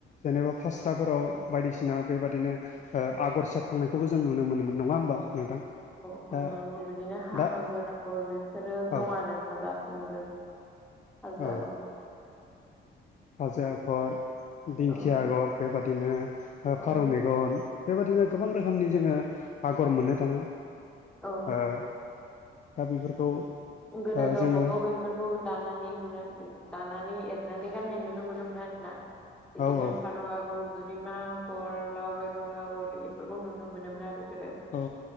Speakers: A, on the left (about 40°); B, in the centre.
A: जेनेबा फास्राफोराव बायदिसिना बेबादिनो ओ आगर सेबखांनायखौबो जों नुनो मोनोमोन नंङा होमबा नोंथां
B: औ
A: दा
B: औ नंगौ बिदिनो हा
A: दा
B: हाजो आगर बेफोरो
A: औ
B: दं आरो दासिमबो हाजो
A: औ
B: आगर
A: हाजो आगर दिंखिया
B: औ
A: आगर बेबादिनो
B: औ
A: फारौ मेगन बेबादिनो गोबां रोखोमनि जोङो आगर मोननो थांङो
B: औ
A: ओ दा बेफोरखौ
B: गोदो
A: ओ
B: गावबा
A: जोङो
B: गाव फोरखौ दानानै लुनानै दानानै एरनानै गाननाय नुनो मोनोमोन आरो ना इदिनो
A: औ औ
B: फारु आगर जुरिमा गर लाव बेगर आगर इफोरखौ नुनो मोनोमोन आरो गोदो
A: औ